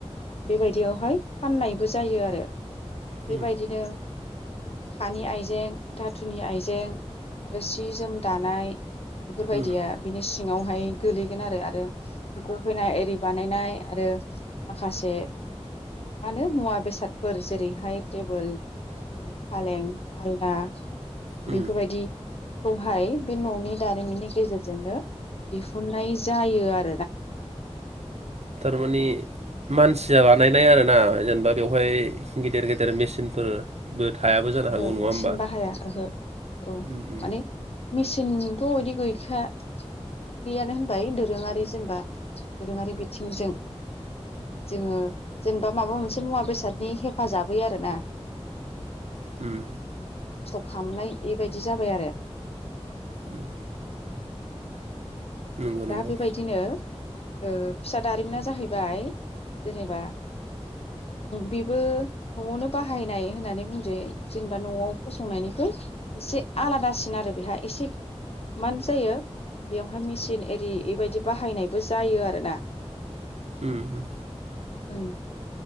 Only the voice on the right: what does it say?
उम
उम
उम
थारमाने मानसिया बानायनाय आरो ना जेनेबा बेवहाय गिदिर गिदेर मेसिनफोरबो थायाबो जानो
हागौ नङा
होमबा?
उम उम
उम
उम नंगौ
नंगौ
उम उम